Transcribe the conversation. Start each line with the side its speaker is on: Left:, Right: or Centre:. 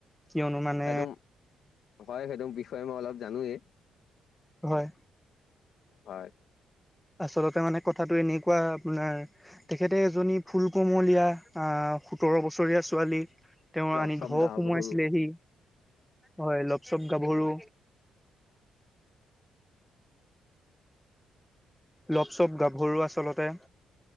Centre: কিয়নো মানে
Left: সেইটো হয় সেইটো বিষয়ে মই অলপ জানোৱেই
Centre: হয়
Left: হয়
Centre: আচলতে মানে কথাটো এনেকুৱা আপোনাৰ তেখেতে এজনী ফুল কোমলীয়া আহ সোতৰ বছৰীয়া ছোৱালী তেওঁ
Left: ৰপ
Centre: অনি
Left: চপ
Centre: ঘৰ
Left: গাভৰু
Centre: সোমোৱাইছিলে হী হয় চব গাভৰু লপ চপ গাভৰু আচলতে।